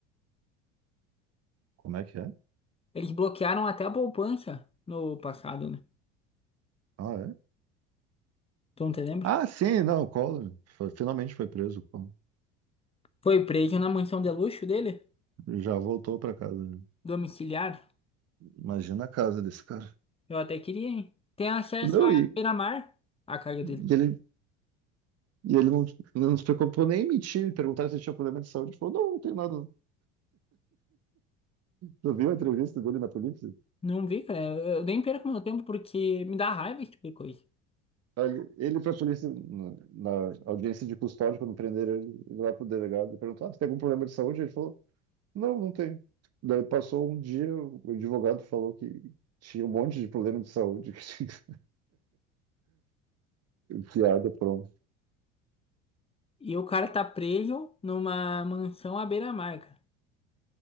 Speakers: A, on the right; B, on the left.
A: Como é que é?
B: Eles bloquearam até a poupança no passado, né?
A: Ah, é?
B: Tu não te lembra?
A: Ah, sim, não, o Collor. Foi- finalmente foi preso. o Collor.
B: Foi preso na mansão de luxo dele,
A: Já voltou pra casa. né?
B: domiciliar.
A: Imagina a casa desse cara.
B: Eu até queria, hein? Tem acesso
A: Não,
B: a
A: e,
B: beira-mar, a casa dele.
A: e ele, e ele não, não se preocupou nem em mentir. Perguntaram se ele tinha problema de saúde. Ele falou, não, não tenho nada. Tu viu a entrevista dele na polícia?
B: Não vi, cara. Eu, eu nem perco meu tempo porque me dá raiva esse tipo de coisa.
A: Aí Ele, para a polícia, na, na audiência de custódia, quando prenderam ele, ele lá pro delegado, e perguntou, ah, você tem algum problema de saúde? Ele falou, não, não tem. Daí passou um dia, o advogado falou que tinha um monte de problema de saúde. <laughs> Guiado por um
B: E o cara tá preso numa mansão à beira-mar, cara.